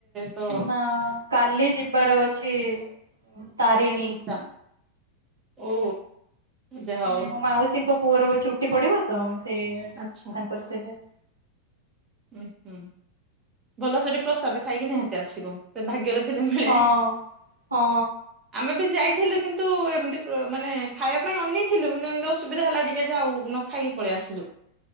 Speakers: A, on the right (about 25°); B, on the right (about 75°).
A: ତ
B: ନା ଆ କାଲି ଯିବା ରେ ଅଛି। ତାରିଣୀ
A: ଆଛା ଓ। ଯାହା
B: ମାନେ
A: ହଉ
B: ମୋ ମାଉସୀଙ୍କ ପୁଅର ଚୁଟି ପଡିବ ତ ସେ ତାଙ୍କର
A: ଆଚ୍ଛା
B: ସିଆଡେ
A: ଉୁ ହୁଁ ଭଲ ସେଠି ପ୍ରସାଦ ଖାଇକି ନିହାତି ଆସିବ। ସେ ଭାଗ୍ୟରେ ଥିଲେ ମିଳେ।
B: ହଁ ହଁ
A: ଆମେ ବି ଯାଇଥିଲୁ କିନ୍ତୁ ଏମିତି ମାନେ ଖାଇବା ପାଇଁ ଅନେଇଥିଲୁ କିନ୍ତୁ ଏମିତି ଅସୁବିଧା ହେଲା ଯେ ଟିକେ ଆଉ ଖାଇକି ପଳେଇ ଆସିଲୁ